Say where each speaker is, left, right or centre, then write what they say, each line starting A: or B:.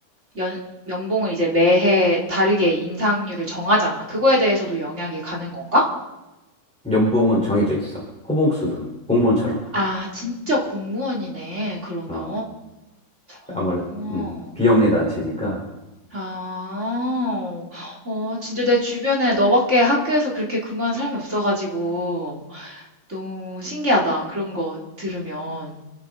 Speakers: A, on the right; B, in the centre.
A: 연 연봉을 이제 매해 다르게 인상률을 정하잖아. 그거에 대해서도 영향이 가는 건가?
B: 연봉은 정해져 있어. 호봉수로. 공무원처럼.
A: 아, 진짜 공무원이네. 그러면.
B: 어,
A: 어.
B: 아무래도, 음, 비영리 단체니까.
A: 아. 어, 진짜 내 주변에 너밖에 학교에서 그렇게 근무한 사람이 없어가지고. 너무 신기하다. 그런 거 들으면.